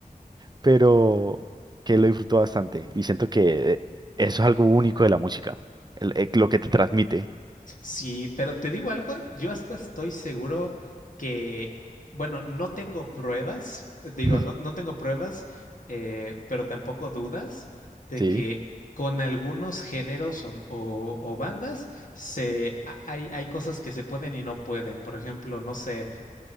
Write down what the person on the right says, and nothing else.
pero que lo disfrutó bastante. Y siento que eh, eso es algo único de la música, el- eh, lo que te transmite.
<laughs>
Sí,